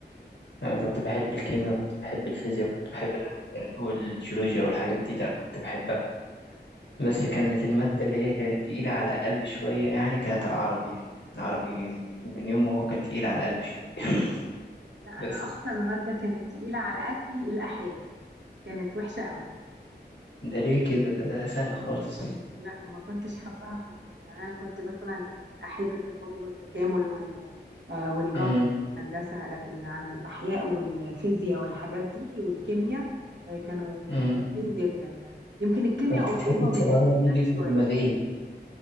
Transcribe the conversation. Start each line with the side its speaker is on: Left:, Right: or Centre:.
Left: أنا كنت بحب الكيمياء كنت بحب الفيزياء كنت بحب الأحياء والجيولوجيا والحاجات دي لا كنت بحبها بس كانت المادة اللي هي كانت تقيلة على قلبي شوية يعني كانت العربي يعني العربي من يوم ما هو كان تقيل على قلبي شوية <laughs>
Right: لا
Left: بس
Right: انا اكتر مادة كانت تقيلة على قلبي الاحياء كانت وحشة قوي
Left: ده ليه كده ده سهل خالص
Right: لا ما كنتش حباها خالص يعني انا كنت مثلا احب التفاضل والتكامل وال آه، والجبر
Left: امم
Right: والهندسه لكن عند الاحياء والفيزياء والحاجات دي والكيمياء آه، كانوا
Left: امم
Right: رخمين جدا يعني يمكن الكيمياء
Left: كنت
Right: قريبه
Left: تحس الثانوية
Right: من الناس
Left: دي بيبقوا
Right: شويه
Left: دماغين